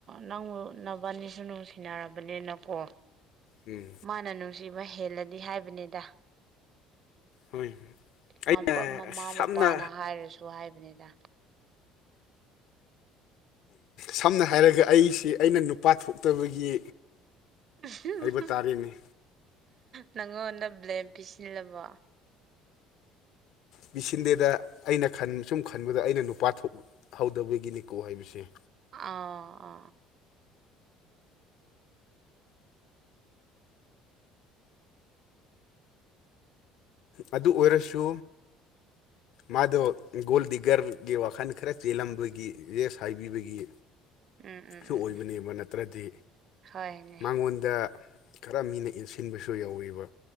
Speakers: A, on the right; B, on the left.
A: ꯅꯪꯅꯕ ꯑꯅꯤꯁꯨ ꯅꯨꯡꯁꯤꯅꯔꯕꯅꯤꯅꯀꯣ
B: ꯎꯝ
A: ꯃꯥꯅ ꯅꯨꯡꯁꯤꯕ ꯍꯦꯜꯂꯗꯤ ꯍꯥꯏꯕꯅꯤꯗ
B: ꯍꯣꯏ
A: <unintelligible>
B: ꯑꯩꯅ
A: ꯃꯃꯥ
B: ꯁꯝꯅ
A: ꯃꯄꯥꯅ ꯍꯥꯏꯔꯁꯨ ꯍꯥꯏꯕꯅꯤꯗ
B: ꯁꯝꯅ ꯍꯥꯏꯔꯒ ꯑꯩꯁꯤ ꯑꯩꯅ ꯅꯨꯄꯥ ꯊꯣꯛꯇꯕꯒꯤ
A: <unintelligible>
B: ꯍꯥꯏꯕ ꯇꯥꯔꯦꯅꯦ
A: ꯅꯪꯉꯣꯟꯗ ꯕ꯭ꯂꯦꯟ ꯄꯤꯁꯤꯜꯂꯕꯣ
B: ꯄꯁꯤꯟꯗꯦꯗ ꯑꯩꯅ <unintelligible> ꯁꯨꯝ ꯈꯟꯕꯗ ꯑꯩꯅ ꯅꯨꯄꯥ ꯊꯣꯛꯍꯧꯗꯕꯒꯤꯅꯤꯀꯣ ꯍꯥꯏꯕꯁꯦ
A: ꯑ
B: ꯑꯗꯨ ꯑꯣꯏꯔꯁꯨ ꯃꯥꯗꯣ ꯒꯣꯜ ꯗꯤꯒꯔꯒꯤ ꯋꯥꯈꯜ ꯈꯔ ꯆꯦꯜꯂꯝꯕꯒꯤ ꯁꯥꯏꯕꯤꯕꯒꯤ
A: ꯎꯝ ꯎꯝ ꯎꯝ
B: ꯁꯨ
A: ꯎꯝ
B: ꯑꯣꯏꯕꯅꯦꯕ
A: ꯎꯝ
B: ꯅꯠꯇ꯭ꯔꯗꯤ
A: ꯍꯣꯏꯅꯦ
B: ꯃꯉꯣꯟꯗ ꯈꯔ ꯃꯤꯅ ꯏꯟꯁꯤꯟꯕꯁꯨ ꯌꯥꯎꯌꯦꯕ